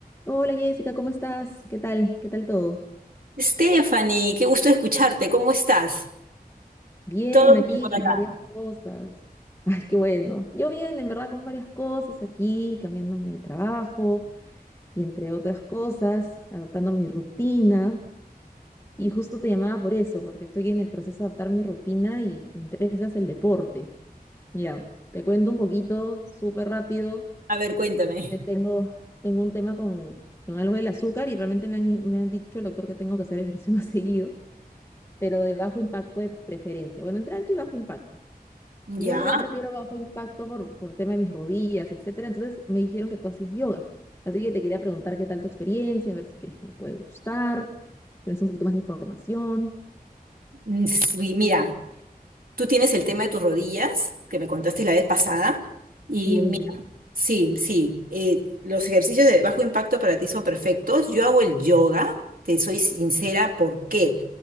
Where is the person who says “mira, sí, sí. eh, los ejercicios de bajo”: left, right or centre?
Right